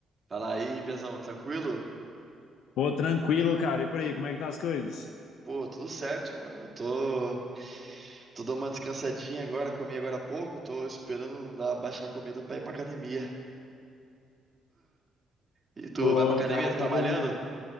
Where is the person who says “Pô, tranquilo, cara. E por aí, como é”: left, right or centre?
Left